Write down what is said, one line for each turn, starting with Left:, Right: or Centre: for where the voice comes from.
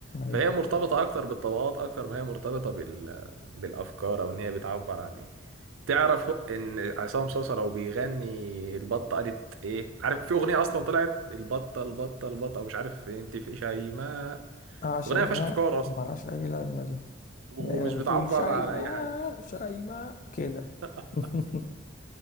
Right: فهي
Left: أيوه
Right: مرتبطة اكتر بالطبقات اكتر ما هي مرتبطة بال... بالافكار او ان هي بتعبر عن ايه تعرف هو- ان عصام صاصة لو بيغني البطة قالت ايه عارف في اغنية اصلا طلعت البطة البطة البطة مش عارف انت في شيماء
Left: آه شيماء
Right: اغنية ما فيهاش افكار اصلا
Left: ملهاش أي لازمة دي
Right: و-
Left: لا
Right: ومش
Left: بتقول
Right: بتعبر
Left: شيماء
Right: عن اي حاجة
Left: شيماء كده
Right: <laughs>
Left: <laughs>